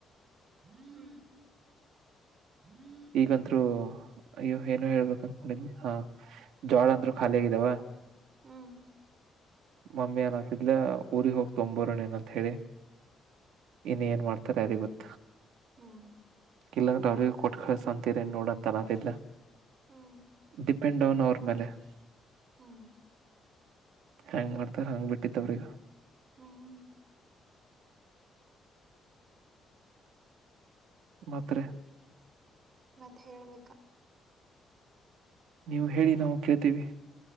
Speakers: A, on the right (about 45°); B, on the right (about 85°).
A: ಹ್ಮ್ ಹ್ಮ್
B: ಈಗಂದ್ರು ಅ ಏನು ಹೇಳ್ಬೇಕಂತ ಹಾ ಜೋಳ ಅಂದರು ಖಾಲಿ ಆಗಿದ್ದಾವ
A: ಹ್ಮ್
B: ಮಮ್ಮಿ ಏನ ಆತಿದ್ಲ ಊರಿಗೆಗ್ ಹೋಗ್ ತೊಂಬರ್ಣ ಏನಂತ ಹೇಳಿ ಇನ್ನು ಏನ್ ಮಾಡ್ತಾರೆ ಯಾರಿಗೆ ಗೊತ್ತ
A: ಹ್ಮ್
B: ಇಲ್ಲಾಂದ್ರೆ ಅವ್ರಿಗೆ ಕೊಟ್ಟ ಕಲಸ ಅಂತರ ನೋಡಂತ ಅತಿದ್ರ
A: ಹ್ಮ್
B: ಡಿ ಪಿಂಡವನ್ ಅವ್ರ ಮೇಲೆ <unintelligible>
A: ಹ್ಮ್
B: ಹೆಂಗ್ ಮಾಡ್ತಾರೆ ಹಂಗಗೆ ಬಿಟ್ಟಿದ್ದ ಅವರಿಗೆ
A: ಹ್ಮ್
B: ಮಾತ್
A: ಮತ್ತೆ ಹೇಳ್ಬೇಕಾ
B: ನೀವು ಹೇಳಿ ನಾವು ಕೇಳ್ತೀವಿ